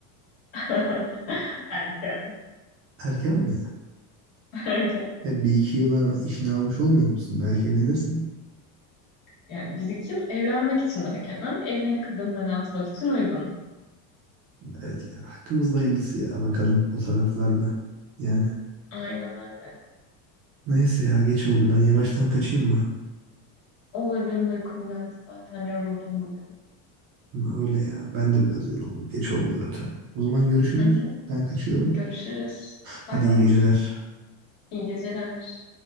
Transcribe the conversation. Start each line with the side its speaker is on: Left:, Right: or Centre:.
Left: <laughs> Erken.
Right: erken mi?
Left: Erken.
Right: E, bir iki yıla işini almış olmuyor musun? Belki evlenirsin.
Left: Yani bir iki yıl evlenmek için erken ama evlilik adımları atmak için uygun.
Right: Evet ya hakkımızda hayırlısı ya bakalım o taraflarda. Yani
Left: Aynen öyle.
Right: neyse ya geç oldu ben yavaştan kaçayım mı?
Left: Olur benim de uykum geldi zaten yoruldum bugün.
Right: Öyle ya ben de biraz yoruldum geç oldu zaten. O zaman görüşürüz.
Left: Hı hı.
Right: Ben kaçıyorum.
Left: Görüşürüz.
Right: Hadi
Left: Bay bay.
Right: iyi geceler.
Left: İyi geceler.